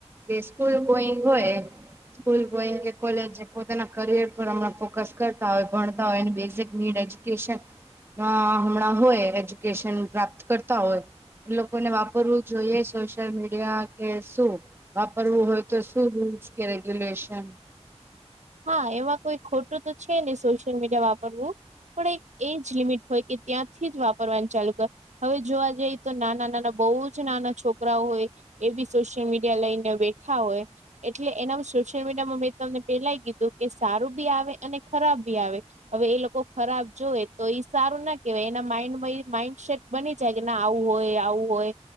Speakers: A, on the right; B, on the right.
A: જે સ્કૂલ ગોઈંગ હોય એ સ્કૂલ ગો ઈંગ એટલે કોલેજ ને પોતાના કરિયર પર હમણાં ફોકસ કરતા હોય ભણતા હોયની બેસિક નીડ એજ્યુકેશન ના હમણાં હોય એજ્યુકેશન પ્રાપ્ત કરતા હોય એ લોકોને વાપરવું જોઈએ સોશિયલ મીડિયા. કે શું વાપરવું હોય તો શું રૂલ્સ કે રેગ્યુલેશન
B: હા એમાં કોઈ ખોટું તો છે ની સોશિયલ મીડિયા વાપરવું પણ એક એજ લિમિટ હોય કે ત્યાંથી જ વાપરવાનું ચાલુ કર હવે જોવા જઈએ તો નાના નાના બોઉ જ નાના છોકરા હોય એ બી સોશિયલ મીડિયા લઈને બેઠા હોય એટલે એના વિશે <unintelligible> મડિયામાં મે તમને પેલા યે કી ધુ કે સારું બી આવે અને ખરાબ બી આવે હવે એ લોકો ખરાબ જોય તો ઈ સારું ના કેવાય એના માઈન્ડમાં માઈન્ડસેટ બની જાય કે ના આવું હોય આવું હોય